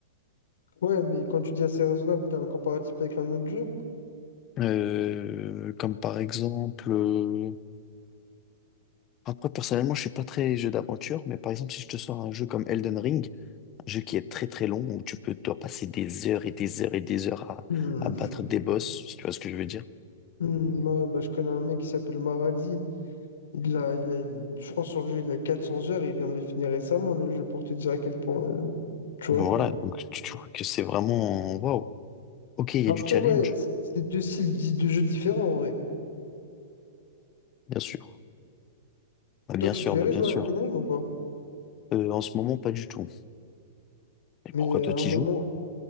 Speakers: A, on the left; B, on the left.
A: Ouais, mais quand tu dis assez raisonnable, t'as un comparatif avec un autre jeu?
B: Euh, comme par exemple... euh, Après, personnellement, je suis pas très jeu d'aventure, mais par exemple, si je te sors un jeu comme Elden Ring, un jeu qui est très très long, où tu peux, toi, passer des heures et des heures et des heures à,
A: Hmm.
B: à battre des boss, si tu vois ce que je veux dire.
A: Hmm, hmm, ouais, bah, je connais un mec qui s'appelle Maradi. Il a, il a, il- je pense sur le jeu, il a 400 heures et il vient de le finir récemment, le jeu, pour te dire à quel point, euh, tu vois.
B: Donc voilà, donc tu, tu vois que c'est vraiment, waouh. Ok, il
A: Après,
B: y a du challenge,
A: ouais, c'est c'est deux styles di- de jeux différents en vrai.
B: bien sûr. Bah,
A: Toi,
B: bien
A: tu
B: sûr,
A: te verrais
B: bah, bien
A: jouer
B: sûr.
A: à Elden Ring ou pas?
B: Euh, en ce moment, pas du tout. Et
A: Mais
B: pourquoi
A: euh,
B: toi,
A: à
B: tu
A: un moment,
B: joues?